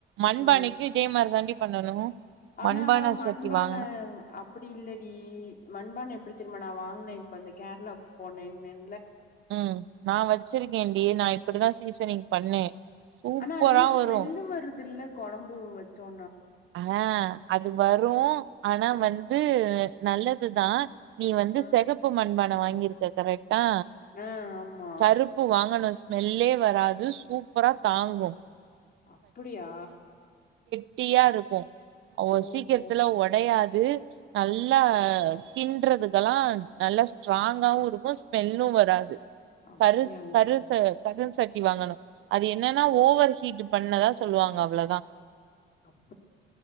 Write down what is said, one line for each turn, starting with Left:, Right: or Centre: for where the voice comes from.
Right: மண்பானைக்கு
Left: ம்
Right: இதே மார் தாண்டி பண்ணணு
Left: ஆனா
Right: மண்பான
Left: மண்பானை
Right: சட்டி வாங்கனு
Left: அப்டி இல்லடி மண்பானை எப்டி தெரியுமா நா வாங் குனே இப்ப அந்த கேரளாவுக்கு போனேன்ன
Right: ம் நா வச்சுருக்கேன்டி நா இப்டிதான் சீசனிங் பண்ணே சூப்பரா
Left: ஆனா அது ஸ்மெல்லு
Right: வரு
Left: வருதுல்ல கொழம்பு வச்சோ
Right: ஆ அது வரும் ஆனா
Left: ம்
Right: வந்து நல்லதுதா நீ வந்து
Left: ம்
Right: செகப்பு மண்பான் நா வாங்கிருக்க கரெட் ஆ
Left: ஆ ஆமா
Right: கருப்பு வாங்கணு ஸ்மெல்லே வராது சூப்பரா தாங்கும்
Left: அப்டியா
Right: டியா இருக் கும் அவோ
Left: ஓஹோ
Right: சீக்கிரத்துல ஒடயாது து நல்லா கின்றதுக்கெல்லா நல்லா ஸ்ட்ராங்காவு இருக்கும் ஸ்மெல்லும் வராது
Left: அப்டியா
Right: கரு கருச கருச டி வாங்கணும் அது என்னன்னா ஓவர் ஹீட் பண்ணதா சொல்லுவாங்க அவ்ளோதா
Left: ஆஹ